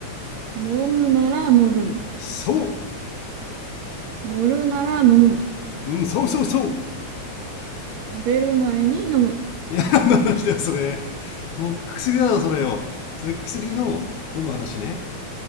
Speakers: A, on the right; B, on the left.
A: 飲むなら乗るに
B: そ
A: 乗るなら飲むな。
B: ううん、そうそうそう
A: 食べる前に飲む。
B: いや、何の話だよ、それ。もう薬だろ、それよ。それ薬の飲む話ね。